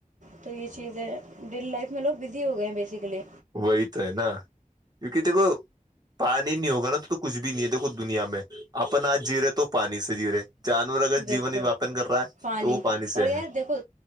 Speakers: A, on the right (about 65°); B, on the right (about 30°).
A: تو یہ چیزیں ڈیلی لائف میں لوگ بزی ہو گئے ہیں بیسکلی
B: وہی تو ہے نا کیونکہ دیکھو پانی نہیں ہوگا نا تو تو کچھ بھی نہیں ہے دیکھو دنیا میں اپن آج جی رہے تو پانی سے جی رہے جانور اگر
A: بالکل
B: جیون یاپن کر رہا ہے
A: پانی
B: تو وہ
A: اور
B: سے
A: یار
B: ہے
A: دیکھو